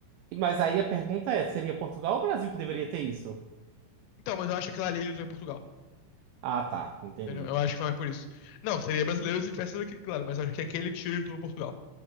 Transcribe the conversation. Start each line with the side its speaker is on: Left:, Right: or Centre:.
Right: Mas aí a pergunta é, seria Portugal ou Brasil que deveria ter isso?
Left: Então, mas eu acho que aquela ali ele usou em Portugal.
Right: Ah, tá, entendi.
Left: Entendeu? Eu acho que foi mais por isso. Não, seria brasileiro se tivesse sido aqui, claro, mas eu acho que aquele tiro ele tomou em Portugal.